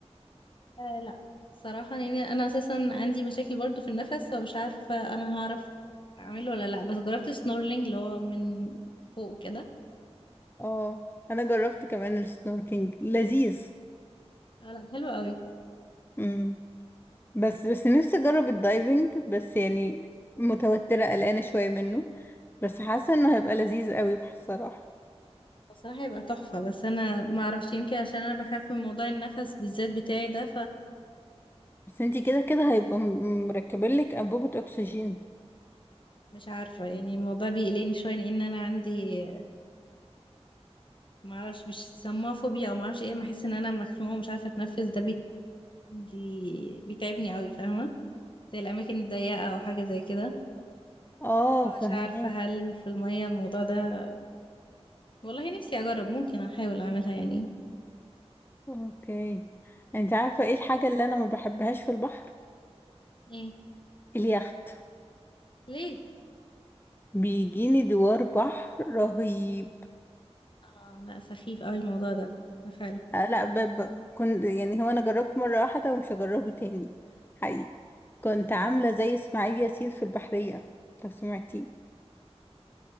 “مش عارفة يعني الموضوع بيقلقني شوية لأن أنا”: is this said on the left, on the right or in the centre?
Left